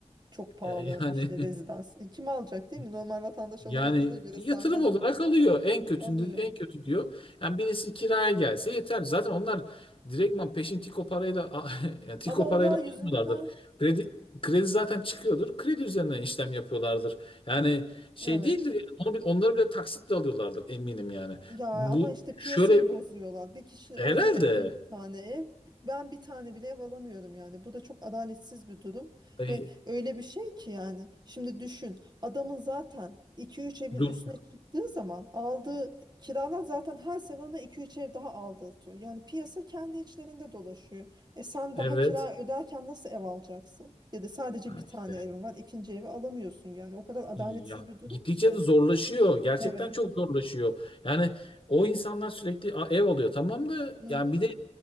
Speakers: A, on the right (about 35°); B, on the left (about 45°).
A: çok pahalı
B: E, Yani
A: işte rezidans. E, Kim alacak değil
B: <laughs>
A: mi? Normal vatandaş alamadığına
B: Yani
A: göre
B: yatırım
A: sen ben
B: olarak
A: al.
B: alıyor. En kötünde
A: Alıyorum.
B: en kötü diyor. Yani birisi kiraya gelse yeter. Zaten onlar direktman peşin Tiko parayla <laughs> yani Tiko
A: Ama
B: parayla
A: onlar yüzünden
B: almıyorlardır. Kredi kredi zaten çıkıyordur. Kredi üzerinden işlem yapıyorlardır. Yani şey
A: Evet.
B: değildir yani. Onu, bi- onları bile taksitle alıyorlardır eminim yani.
A: Ya
B: Bu
A: ama işte
B: şöyle
A: piyasayı bozuyorlar. Bir kişi
B: herhalde
A: oluyor 50 tane ev. Ben bir tane bile ev alamıyorum yani. Bu da çok adaletsiz bir durum.
B: E,
A: Ve öyle bir şey ki yani. Şimdi düşün. Adamın zaten iki üç evin
B: dur.
A: üstüne çıktığı zaman aldığı kiralar zaten her sene ona iki üç ev daha aldırtıyor. Yani piyasa kendi içlerinde dolaşıyor. E sen
B: Evet.
A: daha kira öderken nasıl ev alacaksın? Ya da sadece
B: Ha,
A: bir tane
B: işte.
A: evin var, ikinci evi alamıyorsun yani. O kadar adaletsiz
B: Ya
A: bir durum
B: gittikçe
A: ki.
B: de zorlaşıyor. Gerçekten
A: Evet.
B: çok zorlaşıyor. Yani o insanlar sürekli "Aa, ev alıyor tamam da
A: Mhm.
B: yani bir de